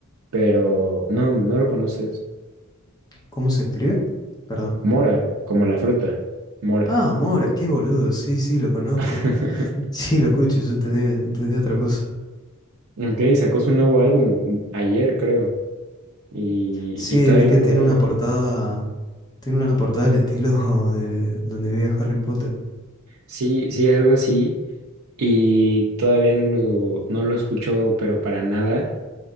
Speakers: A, on the right (about 75°); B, on the left (about 20°).
A: pero no, no lo conoces.
B: cómo se escribe. Perdón.
A: Mora, como la fruta, Mora.
B: Ah, Mora, qué boludo. Sí, sí, lo conozco.
A: <laughs>
B: <laughs> Sí, lo escucho, yo entendí, entendí otra cosa.
A: Ok, sacó su nuevo álbum ayer, creo, y,
B: Sí,
A: y todavía
B: vi que
A: no lo
B: tiene
A: oigo.
B: una portada, tiene una portada al estilo <laughs> de donde vi a Harry Potter.
A: Sí, sí, algo así. Y todavía no lo, no lo escucho, pero para nada.